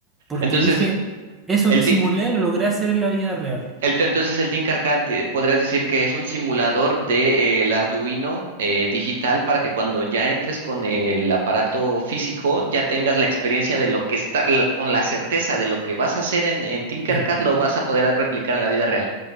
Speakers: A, on the right; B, on the right.
A: porque
B: Entonces,
A: dije, eso
B: el,
A: que
B: ti-
A: simulé lo logré hacer en la vida real.
B: El te- entonces el Think Arcade eh, podrías decir que es un simulador de, eh, el Arduino eh, digital para que cuando ya entres con el aparato físico ya tengas la experiencia de lo que está, la- con la certeza de lo que vas a hacer en, en Tinkercad
A: Sí,
B: lo vas a poder replicar en la vida real.